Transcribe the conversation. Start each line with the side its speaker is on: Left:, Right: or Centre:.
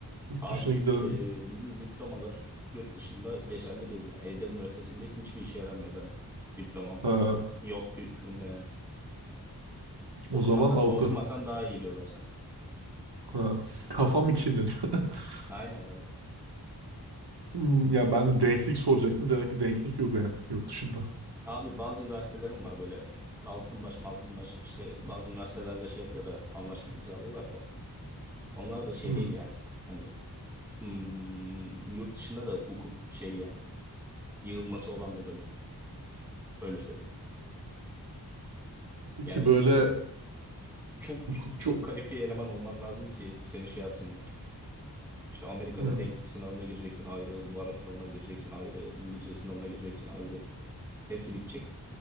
Right: Yurt
Centre: Abi
Right: dışına gidelim.
Centre: e, bizim diplomalar yurt dışında geçerli değil yani. Eder'in ötesinde hiçbir işe yaramıyor ben. Diplomam
Right: Ha,
Centre: yok hükmünde yani. Okumasa,
Right: o zaman avukat.
Centre: okumasan daha iyi geliyorlar sana.
Right: Ha, <laughs> kafam mı kirleniyor? <laughs>
Centre: Aynen abi.
Right: Hmm, ya ben de denklik soracaktım. Demek ki denklik yok yani yurt dışında.
Centre: Abi bazı üniversitelerim var böyle Altınbaş Maltınbaş işte bazı üniversitelerle şey yapıyor da anlaşma imzalıyorlar da. Onlar da şey
Right: Hmm.
Centre: değil yani. Hani hmm, yurt dışında da hukuk şey yani. Yığılması olan bir bölüm. Öyle söyleyeyim.
Right: Peki
Centre: Yani
Right: böyle
Centre: çok
Right: hukukçu
Centre: çok kalifiye eleman olman lazım ki seni şey yapsınlar. İşte Amerika'da
Right: hmm.
Centre: denklik sınavına gireceksin ayrı, baro sınavına gireceksin ayrı, İngilizce sınavına gireceksin ayrı. Hepsi bitecek.